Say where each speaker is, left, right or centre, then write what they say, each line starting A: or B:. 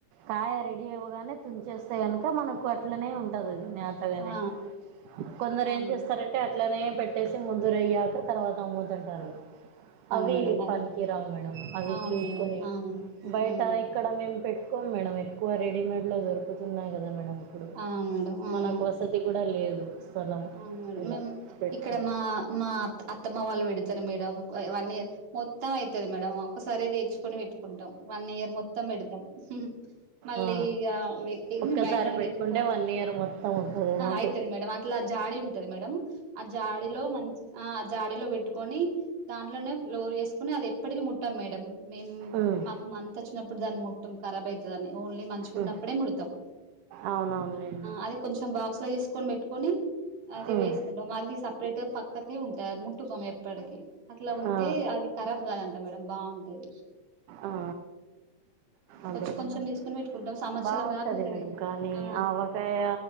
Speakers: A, on the right; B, on the right.
A: కాయ రెడీ అవ్వగానే తుంచేస్తే కనుక మనకు అట్లనే ఉంటది అది లేతగానే
B: ఆ
A: కొందరు
B: అవును
A: ఏం చేస్తారంటే అట్లానే పెట్టేసి ముందుర అయ్యాక తర్వాత అమ్ముతుంటారు అవి
B: మేడం ఆ
A: పనికిరావు మేడం అవి
B: అవును
A: చూసుకుని
B: మేడం అది అవును మేడం అవును
A: బయట
B: హ్మ్.
A: ఇక్కడ మేము పెట్ కోమ్ మేడం ఎక్కువ రెడీమేడ్లో దొరుకుతున్నాయి కదా మేడడం ఇప్పుడు
B: అవును మేడం అవును
A: మనకు వసతి కూడా లేదు స్థలం
B: అవును మేడం
A: ఇలా
B: మేము
A: పెట్టుకు
B: ఇక్కడ మా మాత్త అత్తమ్మ వాళ్ళు పెడతారు మేడం వన్ ఇయర్ మొత్తం అయితది మేడం ఒకసారిది నేర్చుకొని పెట్టుకుంటాం వన్ ఇయర్ మొత్తం పెడతాం మళ్ళీ
A: ఆ
B: ఇగ వీరిని
A: ఒక్కసారి
B: బయటా నుండి
A: పెట్టుకుంటే
B: తెచ్చుకుని
A: వన్ ఇయర్ మొత్తం ఉంటుందేమో అదే
B: అయితది మేడం అట్లా జాడి ఉంటది మేడం ఆ జాడీలో మంచి ఆ ఆ జాడీలో పెట్టుకొని దాంట్లోనే ఫ్లోర్ వేసుకుని అది ఎప్పటికి ముట్టాం మేడం మేము
A: ఉమ్
B: మాకు మంత్ వచ్చినప్పుడు దాన్ని ము టామ్ కరబ్ అయితదనీ ఓన్లీ మంచిగున్నప్పుడే
A: ఉమ్
B: ముడతాం
A: అవునవునులేండి
B: అది కొంచెం బాక్స్ లో తీసుకొని పెట్టు అది
A: ఉమ్
B: వేసుకుంటాం అది సపరేట్ గా పక్కకి ఉంటా ముట్టుకోము ఎప్పడికి అట్లా ఉంటే
A: ఆ
B: అది ఖరాబ్ కాదంట మేడం బాగుంటది
A: ఆ
B: అట్లా
A: అదే
B: కొంచెం
A: మేడం
B: కొంచెం తీసుకుని పెట్టుకుంటాం సంవత్సరం
A: బాగుంటది
B: దాకా ఉంటది
A: మేడం కానీ
B: ఆ
A: ఆవకాయ